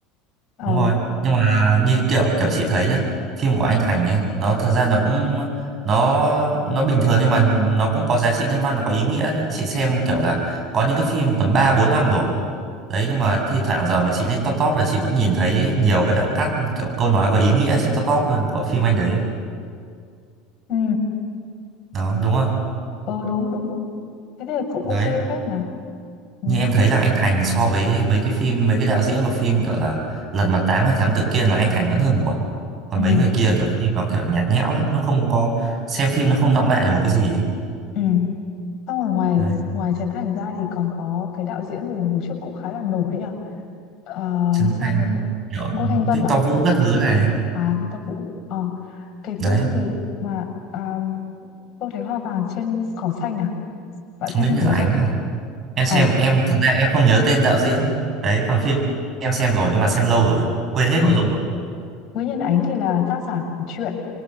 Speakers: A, on the left; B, on the right.
A: ờ
B: đúng rồi nhưng mà như kiểu kiểu chị thấy nhá phim của anh Thành ấy nó thật ra nó cũng nó nó bình thường nhưng mà nó cũng có giá trị nhân văn nó có ý nghĩa nhá. chị xem kiểu là có những cái phim tầm ba bốn năm rồi đấy nhưng mà thi thoảng giờ mà chị lên top top là chị vẫn nhìn thấy nhiều cái đoạn cắt kiểu câu nói có ý nghĩa trên top top luôn của phim anh đấy
A: Ừ.
B: đó đúng không
A: ờ đúng đúng đúng thế thì cũng
B: đấy
A: ok phết mà ừ.
B: như em thấy là anh Thành so với mấy cái phim mấy cái đạo diễn của phim kiểu là Lật Mặt Tám hay Thám Tử Kiên là anh Thành vẫn hơn một bậc còn
A: Ừ.
B: mấy người kia kiểu phim nó kiểu nhạt nhẽo lắm nó không có xem phim nó không đọng lại được một cái gì ấy.
A: Ừ. xong rồi ngoài
B: đấy
A: ngoài Trấn Thành ra thì còn có cái đạo diễn gì mà hồi trước cũng khá là nổi nhỉ ờ,
B: Trấn
A: xong
B: Thành
A: rồi
B: kiểu
A: Ngô Thanh
B: Victor
A: Vân à
B: Vũ các thứ này
A: À Victor Vũ Ờ Cái
B: đấy
A: phim gì mà à, Tôi thấy hoa vàng trên cỏ xanh à Bạn xem
B: Nguyễn
A: phim
B: Nhật
A: đấy
B: Ánh
A: chưa
B: à. em xem
A: Ờ, tự-
B: em thật ra em không nhớ tên đạo diễn đấy còn phim em xem rồi nhưng mà xem lâu rồi quên hết
A: à,
B: nội dung rồi
A: Nguyễn Nhân Ánh thì là tác giả của truyện